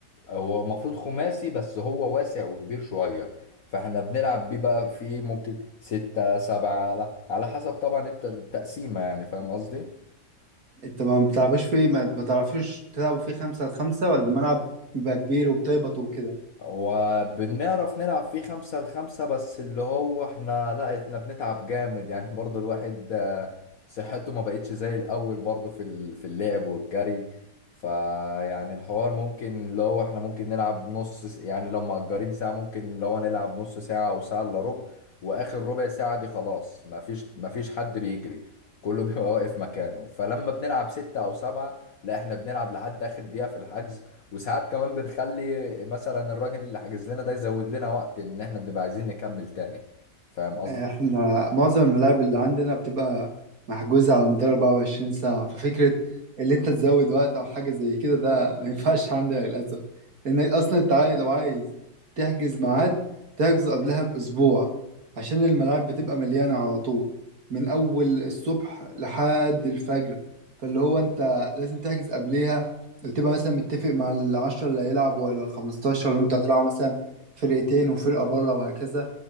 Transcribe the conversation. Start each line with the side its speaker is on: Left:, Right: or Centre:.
Left: هو المفروض خماسي بس هو واسع وكبير شوية فاحنا بنلعب بيه بقى فيه ممكن ستة سبعة على على حسب طبعا الت- التقسيمة يعني فاهم قصدي؟
Right: انت ما بتلعبوش فيه ما بتعرفوش تلعبوا فيه خمسة لخمسة ولا الملعب بيبقى كبير وبتهبطوا وكده
Left: وبنعرف نلعب فيه خمسة لخمسة بس اللي هو احنا لا احنا بنتعب جامد يعني <laughs> برضو الواحد آه، صحته ما بقتش زي الأول برضو في ال- في اللعب والجري فيعني الحوار ممكن اللي هو احنا ممكن نلعب نص س- يعني لو مأجرين ساعة ممكن اللي هو نلعب نص ساعة أو ساعة إلا ربع وآخر ربع ساعة دي خلاص مفيش مفيش حد بيجري كله بيبقى واقف مكانه فلما بنلعب ستة أو سبعة لا احنا بنلعب لحد آخر دقيقة في الحجز وساعات كمان بنخلي مثلا الراجل اللي حاجز لنا ده يزود لنا وقت ان احنا بنبقى عايزين نكمل تاني فاهم قصدي
Right: احنا معظم الملاعب اللي عندنا بتبقى محجوزة على مدار 24 ساعة ففكرة اللي انت تزود وقت او حاجة زي كده ده ما ينفعش عندنا للأسف لانك اصلا انت عاي- لو عايز تحجز ميعاد تحجزه قبلها باسبوع عشان الملاعب بتبقى مليانة على طول من اول الصبح لحد الفجر فاللي هو انت لازم تحجز قبليها وتبقى مثلا متفق مع العشرة اللي هيلعبوا ولا الخمستاشر وانت هتلعب مثلا فرقتين وفرقة بره وهكذا